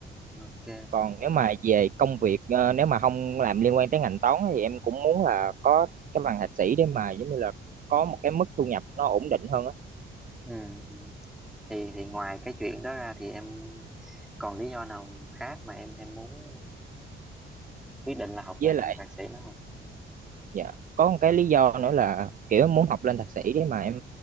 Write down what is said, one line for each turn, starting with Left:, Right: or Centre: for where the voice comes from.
Centre: Ok.
Right: Còn nếu mà về công việc ờ, nếu mà không làm liên quan tới ngành toán á, thì em cũng muốn là có cái bằng thạc sĩ để mà giống như là có một cái mức thu nhập nó ổn định hơn á.
Centre: Ừ. ừ. Thì thì ngoài cái chuyện đó ra thì em còn lý do nào khác mà em em muốn quyết định là học
Right: với
Centre: lên
Right: lại
Centre: thạc sĩ nữa không?
Right: dạ có một cái lý do nữa là kiểu em muốn học lên thạc sĩ để mà em